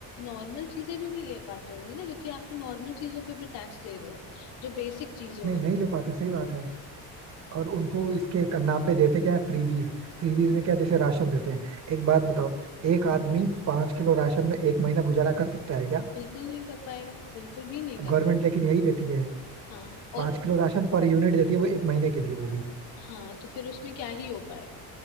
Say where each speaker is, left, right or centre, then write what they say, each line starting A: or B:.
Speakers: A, on the left; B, on the right.
A: नॉर्मल चीजें भी नहीं ले पाते होंगे ना क्योंकि आप तो नॉर्मल चीजों पे भी टैक्स ले रहे हो जो बेसिक चीजें होती
B: नहीं नहीं ले पाते सही बात है और उनको इसके क- नाम पे देते क्या है फ्रीबीज फ्रीबीज में क्या जैसे राशन देते हैं एक बात बताओ एक आदमी पांच किलो राशन में एक महीना गुजारा कर सकता है क्या
A: हैं, बिल्कुल नहीं कर पाएगा बिल्कुल भी नहीं कर
B: गवर्नमेंट
A: पाएगा
B: लेकिन यही देती है
A: हाँ और
B: पांच किलो राशन पर यूनिट देती है वो एक महीने के लिए वो भी
A: हाँ तो फिर उसमें क्या ही हो पाएगा